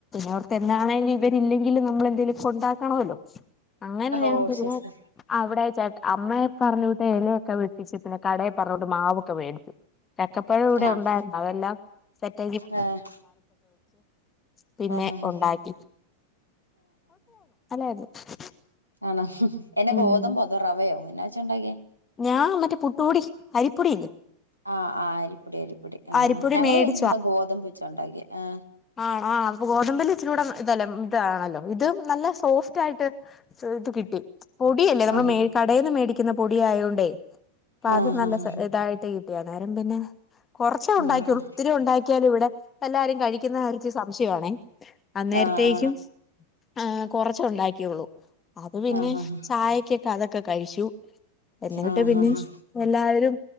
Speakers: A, on the left; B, on the left.
A: ഓർത്ത് എന്താണെങ്കിലും ഇബര് ഇല്ലെങ്കിലും ഞമ്മള് എന്നെങ്കിലും കൊണ്ടകനല്ലോ അങ്ങന ഞാൻ
B: ഓ
A: പോവും
B: ശരി ശരി
A: അവിടെ ചേട്ട അമ്മയെ പറഞ്ഞിട്ട് ഇലയൊക്കെ വെട്ടിചിട്ട് പിന്നെ കട പറഞ്ഞോട്ട് മാവൊക്കെ മേടി ചക്കപ്പഴ കൂടെ
B: ആഹ്
A: ഉണ്ടായിരുന്നു അവെല്ലാം സെറ്റ
B: ആഹ്
A: <unintelligible> പിന്നെ
B: ആഹ് ആഹ്
A: ഉണ്ടാക്കി <unintelligible>
B: ആന്നോ ഹും എന്താ
A: ഉം
B: ഗോതമ്പോ റവയോ എന്നാ വെച്ച ഉണ്ടാക്കിയേ
A: ഞാൻ ഇന്നക് പുട്ട് പൊടി അരിപ്പൊടില്ലേ
B: ആഹ് ആ അരിപോടി അരിപൊടി ആഞങ്ങള്ൾ
A: അരിപ്പൊടി മേടിച്ചു
B: കഴിഞ്ഞട്ട ഗോതമ്പ്ച്ച ഉണ്ടാക്കി ആ
A: ആണ ആ അപ്പൊ ഗോതമ്പില് ഇച്ചിരി കൂടെ ഇതല്ല ഇതാണല്ലോ ഇതും നല്ല സോഫ്റ്റ് ആയിട്ട് കിട്ടി പൊടിയല്ലേ നമ്മൾ
B: ആഹ്
A: മ കടയിൽന്ന് മേടിക്കുന്ന പൊടി ആയോണ്ടേ പ്പാത്
B: ആഹ്
A: നല്ല
B: ആഹ്
A: സ് ഇതായിട്ട് കിട്ടിയ നേരം പിന്നെ കൊറച്ചേ ഉണ്ടാക്കിയുള്ളൂ
B: ആഹ്
A: ത്തിരി ഉണ്ടാക്കിയാലും വിടെ എല്ലാരും കഴിക്കുന്ന കാര്ക്ക് സംശയണേ അന്നേരത്തേക്കും
B: ആഹ്
A: ആ കൊറച്ച ഉണ്ടാക്കിയുള്ളൂ അത് പിന്നെ
B: ആഹ് ആഹ്
A: ചായക്കൊക്കെ അതൊക്കെ കഴിച്ചു എന്നിട്ട്
B: ആഹ്
A: പിന്നിം
B: ആഹ്
A: എല്ലാവരും